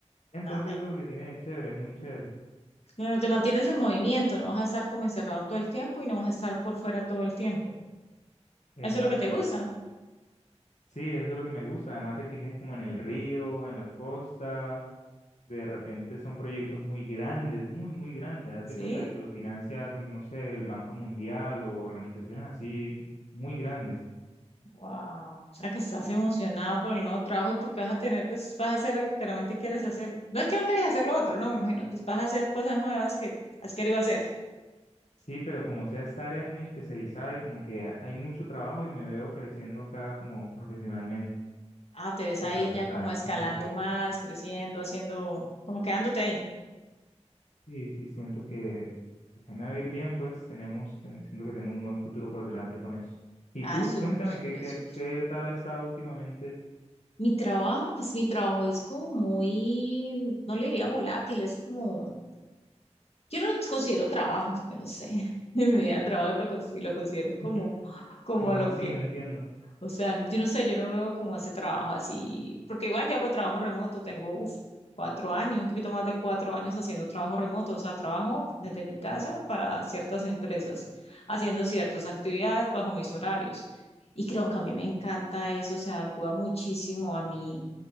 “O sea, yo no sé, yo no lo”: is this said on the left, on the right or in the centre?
Left